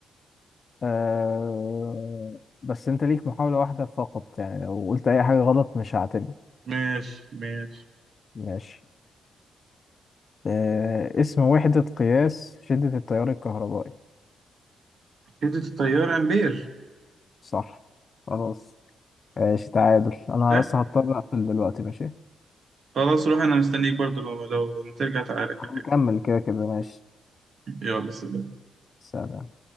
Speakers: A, on the left; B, on the right.
A: آه... بس أنت ليك محاولة واحدة فقط يعني لو قلت أي حاجة غلط مش هعتمد
B: ماشي ماشي
A: ماشي آه... اسم وحدة قياس شدة التيار الكهربائي
B: كده التيار امبير
A: صح خلاص ماشي تعادل أنا
B: سهل
A: بس هضطر أقفل دلوقتي ماشي
B: خلاص روح انا مستنيك برضو لو لو ما ترجع تعالى كلمني
A: هنكمل كده كده ماشي
B: يلا سلام
A: سلام